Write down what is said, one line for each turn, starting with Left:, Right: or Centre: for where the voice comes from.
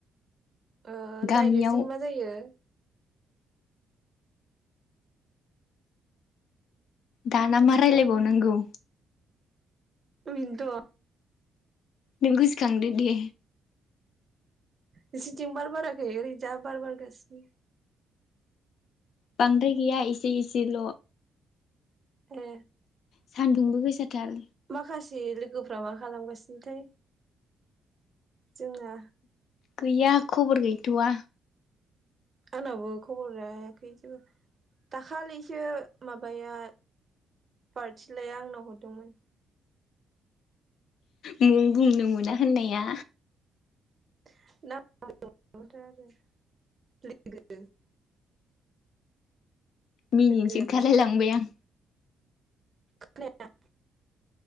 Right: ओ
Left: गामियाव
Right: नायनोसै मा जायो
Left: दाना
Right: ओमफ्राय
Left: मा रायलायबावनांगौ
Right: बिनथ'
Left: नों गोसोखांदो दे
Right: नोंसिनथिं बार बाराखै ओरै जा बार बारगासिनो
Left: बांद्राय गैया इसे इसेल'
Right: ए
Left: सान्दुंबो गोसाथार
Right: माखासे लोगोफ्रा मा खालामगासिनोथाय जोंना
Left: गैया खबर गैथ'वा
Right: आंनावबो खबर लायाखै जेबो दाखालैसो माबाया बारथिलाया आंनाव हरदोंमोन
Left: मुं बुंनो मोना होननाया
Right: <unintelligible> लोगोनो
Left: मिनिनोसै ओंखारलायलांबाय आं
Right: खोनाया